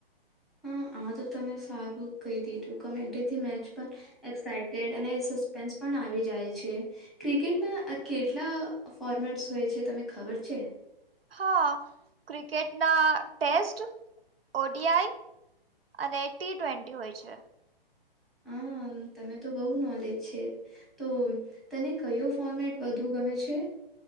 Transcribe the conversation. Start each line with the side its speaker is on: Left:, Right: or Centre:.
Centre: હા આ તો તમે સારું કહી દીધું કોમેન્ટ્રી થી મેચ પણ એક્સાઈટેડ અને સસ્પેન્સ પણ આવી જાય છે. ક્રિકેટના કેટલા ફોર્મેટ્સ હોય છે તને ખબર છે.
Right: હા ક્રિકેટના ટેસ્ટ ઓડીઆઈ અને ટી ટ્વેન્ટી હોય છે.
Centre: હમ તમે તો બહુ નોલેજ છે. તો તને કયો ફોર્મેટ બધુ ગમે છે?